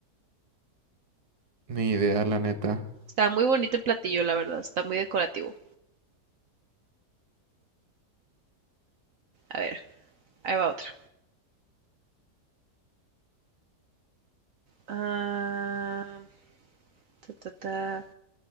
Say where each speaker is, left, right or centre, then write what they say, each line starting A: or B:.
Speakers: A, on the right; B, on the right.
A: Ni idea, la neta.
B: Está muy bonito el platillo, la verdad, está muy decorativo. A ver, ahí va otra. Ah, ta, ta, ta.